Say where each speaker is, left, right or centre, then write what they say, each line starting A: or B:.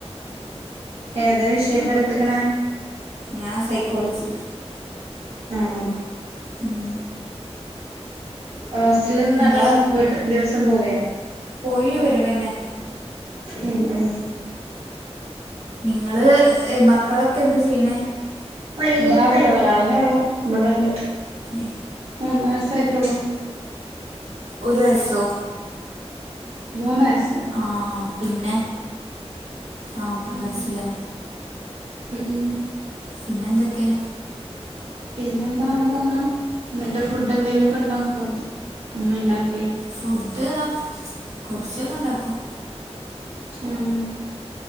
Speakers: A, on the right (about 70°); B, on the right (about 85°).
A: ഏതാ വിശയൊക്കെ ഇട്ത്തിക്ക്ണേ
B: ഞാൻ സൈക്കോളജി
A: ആഹ്
B: ഉം
A: ഹോസ്റ്റലിന്ന്
B: നിങ്ങളെ
A: അതോ. വിട് ദിവസം പോവേ
B: പോയി വരവന്നെ
A: ഉം ഉം
B: നിങ്ങള് മക്കളൊക്കെ എന്ത് ചെയ്യ്ണെ
A: ഇതാവ്ടെ ഒരാളെന്നെ ഒള്ളൂ ഇ ബെടെ ഇണ്ട്
B: ഉം
A: മൂന്ന് വയസ്സായിറ്റൊള്ളു
B: ഒരു വയസ്സോ
A: മൂന്ന് വയസ്സ്
B: ആഹ് പിന്നെ ആ മൂന്ന്
A: ഉം
B: വയസ്സല്ലേ
A: ഉം
B: പിന്നെ എന്തൊക്കെ
A: പിന്നെ എന്താന്ന് ആവ. ഇന്നത്തെ ഫുഡ് എന്തെലും ഒക്കെ ഇണ്ടാക്കോ ഉമ്മയിണ്ടാക്കെ
B: ഫുഡ്താക്കും കുറച്ചൊക്കെ ഉണ്ടാക്കും
A: ഉം